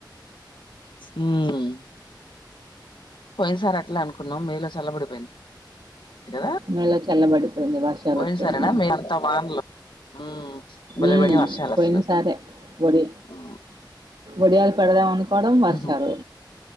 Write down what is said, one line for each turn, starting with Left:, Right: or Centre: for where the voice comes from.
Left: సుమి పోయిన సార్ అట్లే అనుకున్నాం మేలో చల్లబడిపోయింది కదా
Right: ఉమేలు చల్లబడిపోయింది వర్షాలు
Left: పోయినసారేనా
Right: వచ్చేస్తేనే
Left: మే అంతా వానలు మ్మ్ భలే
Right: ఉ
Left: పడినాయి వర్షాలు
Right: పోయిను
Left: అసలు
Right: సారే ఒడి
Left: మ్మ్
Right: ఒడియాలు పెడదాం అనుకోవడం వర్షాలు
Left: మ్మ్